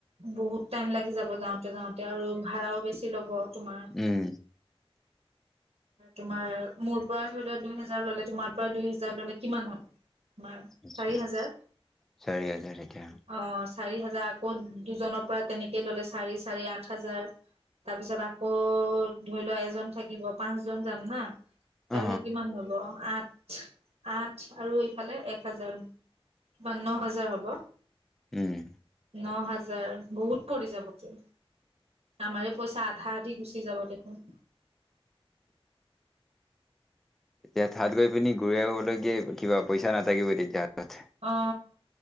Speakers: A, on the right; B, in the centre.
A: বহুত টাইম লাগি যাব যাওঁতে যাওঁতে আৰু ভাড়াও বেছি। ল'ব। তোমাৰ।
B: উম।
A: তোমাৰ মোৰ পৰা ধৰি লোৱা দুই হেজাৰ ললে তোমাৰ পৰা দুই হেজাৰ ললে কিমান হল। তোমাৰ
B: আ
A: চাৰি হাজাৰ
B: চাৰি হাজাৰ এতিয়া।
A: অ' চাৰি হাজাৰ আকৌ দুজনৰ পৰা তেনেকেই ললে চাৰি চাৰি আঠ হাজাৰ। তাৰ পিছত আকৌ ধৰি লোৱা এজন থাকিব। পাঁচ জন যাম হা তাৰপিছত
B: অ
A: কিমান হব অ আঠ। আঠ আৰু এইফালে এক হাজাৰ বা ন হাজাৰ হ'ব।
B: উম
A: ন হাজাৰ বহুত পৰি যাবত আমাৰে পইচা আধা দি গুচি যাব দেখোন।
B: এতিয়া থাত গৈ পিনি ঘূৰাই আহবলৈগে কিবা পইচা নাথাকিবই তেতিয়া। হাতত
A: অ